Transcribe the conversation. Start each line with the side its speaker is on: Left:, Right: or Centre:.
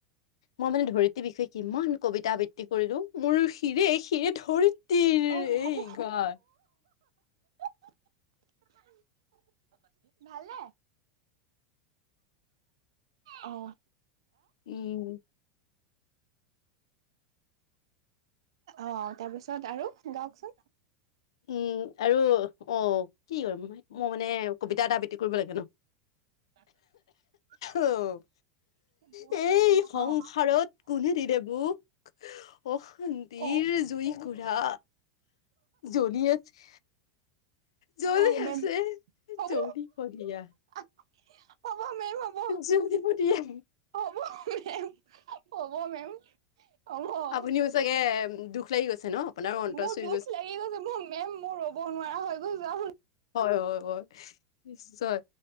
Left: মই মানে ধৰিত্ৰীৰ বিষয়ে কিমান কবিতা আবৃত্তি কৰিলো। মোৰ শিৰে- শিৰে ধৰিত্ৰীৰ
Right: অ
Left: এই
Right: হ'ব
Left: গান
Right: <unintelligible> ভালে অহ
Left: উম <inaudible>
Right: অহ, তাৰপিছত আৰু গাওকচোন।
Left: উম, আৰু অহ কি কৰিম মই মানে কবিতা এটা আবৃত্তি কৰিব লাগে ন'
Right: <unintelligible>
Left: অ
Right: <unintelligible>
Left: <unintelligible> সংসাৰত
Right: অ
Left: কোনে দিলে মোক অশান্তিৰ
Right: অ
Left: জুই কুৰা জলি আছে জ্বলি
Right: অ মেম
Left: আছে
Right: হ'ব
Left: জ্বলি <unintelligible>
Right: <unintelligible> হ'ব
Left: জ্বলিব দিয়া।
Right: হ'ব মেম, হ'ব মেম। হ'ব
Left: আপুনিও চাগে দুখ লাগি গৈছে ন? আপোনাৰো অন্তৰ
Right: মোৰ
Left: চুই
Right: দুখ লাগি গৈছে মোৰ মেম মোৰ ৰ'ব নোৱাৰা হৈ গৈছো আও।
Left: হয় হয় হয়। নিশ্চয়